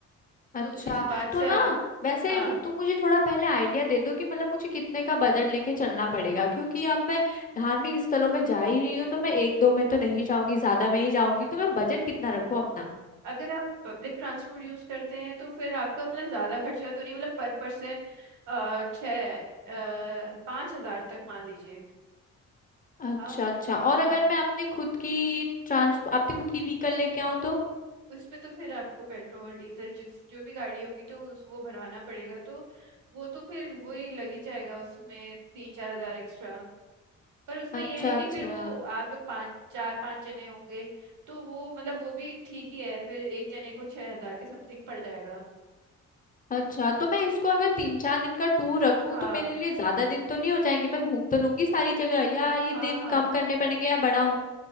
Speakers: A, on the left (about 25°); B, on the right (about 80°).
A: अच्छा
B: तो इस बात
A: तो
B: से
A: ना
B: आप
A: वैसे
B: हाँ
A: तुम मुझे थोड़ा पहले आइडिया दे दो कि मतलब मुझे कितने का बजट लेके चलना पड़ेगा क्योंकि अब मैं धार्मिक स्थलों में जा ही रही हूँ तो मैं एक दो में तो नहीं जाऊंगी ज्यादा में ही जाऊंगी तो मैं बजट कितना रखूँ अपना
B: अगर आप पब्लिक ट्रांसपोर्ट यूज करते हैं तो फिर आपका मतलब ज्यादा खर्चा तो नहीं मतलब पर पर्सन छः पाँच हजार तक मान लीजिए
A: अच्छा
B: हाँ
A: अच्छा और अगर
B: हाँ
A: मैं अपने खुद की ट्रांस अपने खुद की व्हीकल लेके आऊँ तो
B: उसमें तो फिर आपको पेट्रोल डीजल जिस जो भी गाड़ी होगी तो उस वो भरवाना पड़ेगा तो वो तो फिर वही लग ही जाएगा उसमें तीन चार हजार एक्स्ट्रा पर उसमें
A: अच्छा
B: यह है कि
A: अच्छा
B: फिर वो आप लोग पाँच चार पाँच जने होंगे तो वो मतलब वो भी ठीक ही है फिर एक जने को छह हजार के समथिंग पड़ जाएगा
A: अच्छा तो मैं इसको अगर तीन चार दिन का टूर रखूं
B: हाँ
A: तो मेरे लिए ज्यादा दिन तो नहीं हो जाएंगे मैं घूम तो लूंगी सारी जगह या ये
B: हाँ
A: दिन
B: हाँ
A: कम करने पड़ेंगे या बढ़ाऊं